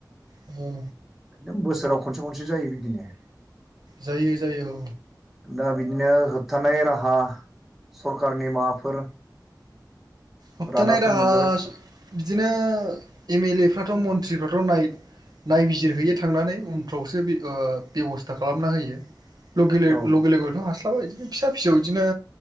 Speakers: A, on the right; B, in the centre.
A: औ
B: ए बोसोराव खनसे खनसे जायो बिदिनो
A: जायो जायो औ
B: दा बिदिनो होबथानाय राहा सरखारारनि माबाफोर
A: होबथानाय
B: रादाबफोर
A: राहा
B: मोनबायबाय
A: बिदिनो एम एल ए‌ फ्राथ' मन्त्रिफ्राथ' नाय नायबिजिरहैयो थांनानै उनफ्रावसो ओ बेब'स्था खालामना होयो ल'केल
B: औ
A: ल'केलनिखौथ हास्लाबा बिदिनो फिसा फिसौ इदिनो